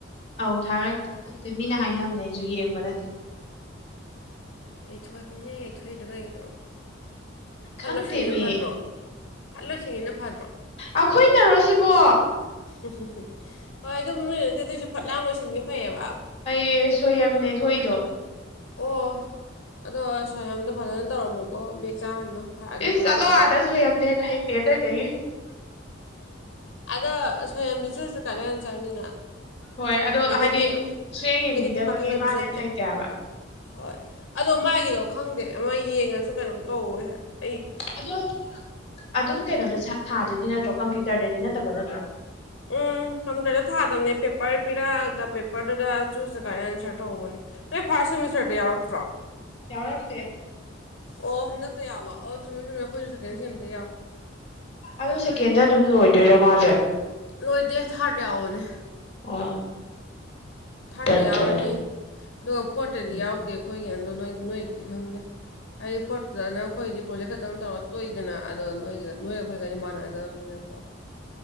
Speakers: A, on the left; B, on the left.
A: ꯑꯧ ꯊꯥꯔꯛꯇꯦ ꯈꯪꯗꯦ ꯃꯤꯅ ꯍꯥꯏꯅꯕꯅꯦ ꯑꯩꯁꯨ ꯌꯦꯡꯕ ꯅꯠꯇꯦ
B: ꯌꯩꯊꯣꯛ ꯄꯪꯌꯩ ꯌꯩꯊꯣꯛꯏꯗꯣ ꯀꯩꯒꯤꯅꯣ ꯐꯠ
A: ꯈꯪꯗꯦ
B: ꯂꯣꯏꯁꯤꯡꯒꯤꯕꯅ
A: ꯃꯤ
B: ꯐꯗ꯭ꯔꯣ ꯐꯠ ꯂꯣꯏꯁꯤꯡꯒꯤꯕꯅ ꯐꯗ꯭ꯔꯣ
A: ꯑꯩꯈꯣꯏꯅꯔꯣ ꯁꯤꯕꯣ
B: <unintelligible> ꯍꯣꯏ ꯑꯗꯨꯕꯨ ꯅꯣꯏꯅꯗꯤ ꯅꯠꯇꯦ ꯑꯗꯨꯑꯣꯢꯔꯁꯨ ꯐꯠ ꯂꯥꯎ ꯂꯥꯏꯁꯤꯟꯒꯤ ꯐꯩꯌꯦꯕ
A: ꯐꯩꯌꯦ ꯁꯣꯏꯌꯥꯝ <unintelligible> ꯊꯣꯛꯢꯗꯣ
B: ꯑꯣ ꯑꯗꯣ ꯁꯣꯌꯝꯗꯣ ꯐꯖꯅ ꯇꯧꯔꯝꯃꯨꯀꯣ ꯕꯦꯛ ꯆꯥꯍꯟꯅꯨ ꯐꯔꯛ
A: ꯏꯁ
B: ꯌꯥꯝ
A: ꯆꯠꯂꯣ
B: ꯇꯥꯕꯅꯦꯕ
A: ꯑꯗ ꯁꯣꯌꯥꯝꯅ ꯍꯦꯟ ꯍꯩꯇꯦ ꯑꯇꯩꯗꯒꯤ
B: ꯑꯗꯣ ꯁꯣꯌꯥꯝꯒꯤꯁꯨ ꯆꯨꯁ ꯗꯥ ꯀꯔꯦꯛ ꯑꯟꯁꯔꯅꯤꯅ
A: ꯍꯣꯏ ꯑꯗꯣ
B: ꯅꯦꯒꯦꯇꯤꯞ
A: ꯍꯥꯏꯗꯤ ꯁꯨꯌꯦꯡ ꯌꯦꯡꯕꯤꯗꯕꯒꯤ
B: ꯅꯦꯒꯦꯇꯤꯞ ꯃꯥꯔꯀꯤꯡ ꯂꯩꯕꯁꯨ
A: ꯃꯥꯅ
B: ꯅꯠꯇꯦ
A: ꯍꯦꯟꯅ ꯍꯩꯇꯦ ꯍꯥꯏꯕ
B: ꯍꯣꯏ ꯑꯗꯣ ꯃꯥꯒꯤꯗꯣ ꯈꯪꯗꯦ ꯑꯃ ꯌꯦꯡꯉꯁꯨ ꯀꯩꯅꯣ ꯇꯧꯋꯦ ꯍꯦꯛ
A: ꯑꯗꯣ ꯑꯗꯨꯝ ꯀꯩꯅꯣꯗ ꯊꯥꯗꯣꯏꯗꯤ ꯅꯠꯇ꯭ꯔꯣ ꯀꯝꯄ꯭ꯌꯨꯇꯔꯗꯗꯤ ꯅꯠꯇꯕ ꯅꯠꯇ꯭ꯔꯣ
B: ꯎꯝ ꯀꯝꯄ꯭ꯌꯨꯇꯔꯗ ꯊꯥꯗꯕꯅꯦ ꯄꯦꯄꯔ ꯄꯤꯔꯛꯑꯒ ꯄꯦꯄꯔꯗꯨꯗ ꯆꯨꯁ ꯗꯥ ꯀꯔꯦꯛ ꯑꯟꯁꯔ ꯇꯧꯕꯅꯦ ꯅꯣꯏ ꯐꯥꯔꯁ ꯁꯦꯃꯤꯁꯇꯔꯗ ꯌꯥꯎꯔꯛꯇ꯭ꯔꯣ
A: ꯌꯥꯎꯔꯛꯇꯦ
B: ꯑꯣ ꯍꯟꯗꯛꯇ ꯌꯥꯎꯕ ꯑꯣ ꯆꯨꯝꯃꯦ ꯆꯨꯝꯃꯦ ꯑꯩꯈꯣꯏꯁꯨ ꯁꯦꯀꯦꯟ ꯁꯦꯝꯗ ꯌꯥꯎ
A: ꯑꯗꯧ ꯁꯦꯀꯦꯟꯗ ꯑꯗꯨꯝ ꯂꯣꯏꯗꯣꯏꯔꯣ ꯃꯥꯁꯦ
B: ꯂꯣꯏꯗꯦ ꯊꯥꯔꯗ ꯌꯥꯎꯕꯅꯦ
A: ꯑꯣ
B: ꯊꯥꯔꯠꯇ
A: ꯇꯟꯖꯥꯗ
B: ꯌꯥꯎꯔꯅꯤ ꯑꯗꯨꯒ ꯐꯣꯔꯠꯇꯗꯤ
A: ꯎꯝ
B: ꯌꯥꯎꯗꯦ ꯑꯩꯈꯣꯏꯒꯤ ꯑꯗꯣ ꯅꯣꯏ ꯅꯣꯏꯗꯤ ꯈꯪꯗꯦ ꯍꯥꯏꯗꯤ ꯐꯣꯔꯠꯇ ꯅ ꯑꯩꯈꯣꯏꯗꯤ ꯄ꯭ꯔꯣꯖꯦꯛ ꯈꯛꯇꯪ ꯇꯧꯔ ꯇꯣꯛꯏꯗꯅ ꯑꯗꯣ ꯅꯣꯏꯒ ꯅꯣꯏꯒ ꯑꯩꯈꯣꯏꯒꯗꯤ ꯃꯥꯟꯅꯗꯕꯅꯤꯅꯀꯣ